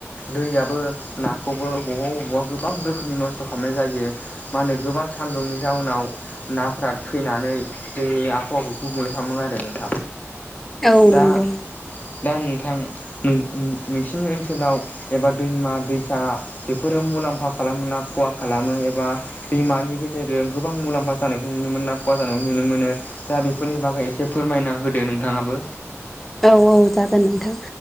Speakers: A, on the left; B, in the centre.
A: दैयाबो नाखौबो बबावबा बबावबा गोबां रोखोमनि नस्थ' थ' खालामनाय जायो मा होनो गोबां सान्दुंनि जाउनाव नाफोरा थैनानै जोंनि आबहावाखौ गुबुंले खालामो आरो नोंथां।
B: औ
A: दा
B: नंगौ
A: दा नोंथां नों नोंसिनि ओनसोलाव एबा दैमा दैसा बेफोरो मुलाम्फा खालामो ना खहा खालामो एबा दैमानि गेजेरजों गोबां मुलाम्फा जानायखौ नुनो मोनो ना खहा जानायखौ नुनो मोनो? दा बेफोरनि बागै एसे फोरमायना होदो नोंथाङाबो।
B: औ औ जागोन नोंथां।